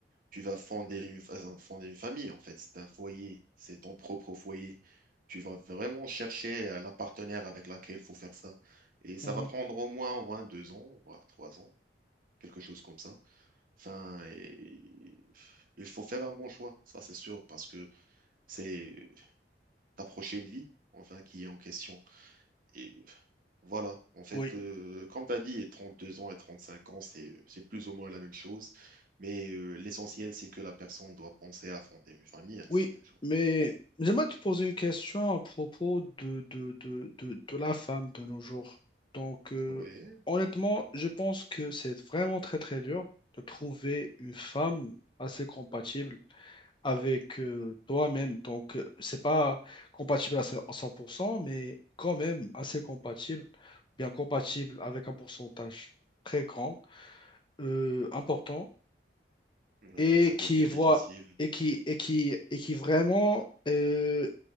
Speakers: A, on the right; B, on the left.
A: tu vas fonder une, fa- euh, fonder une famille, en fait. C'est un foyer, c'est ton propre foyer. Tu vas vraiment chercher euh, la partenaire avec laquelle il faut faire ça. Et ça
B: Mhm.
A: va prendre au moins, au moins deux ans, voire trois ans, quelque chose comme ça. Enfin, et- il faut faire un bon choix, ça c'est sûr, parce que c'est euh, t'approcher une vie, enfin, qui est en question. Et euh, voilà, en fait,
B: Oui.
A: euh, comme tu as dit, et 32 ans et 35 ans, c'est, euh, c'est plus ou moins la même chose. Mais euh, l'essentiel, c'est que la personne doit penser à fonder une famille un
B: Oui,
A: certain jour.
B: mais j'aimerais te poser une question à propos de, de, de, de, de la femme de nos jours. Donc, euh,
A: Oui,
B: honnêtement, je pense que c'est vraiment très, très dur de trouver une femme assez compatible avec euh, toi-même. Donc, euh, c'est pas compatible à ce- à 100%, mais quand même assez compatible, bien compatible avec un pourcentage très grand, euh, important,
A: ouais,
B: et
A: ça devient
B: qui voit
A: difficile.
B: et qui,
A: Ouais,
B: et qui, et qui vraiment... euh,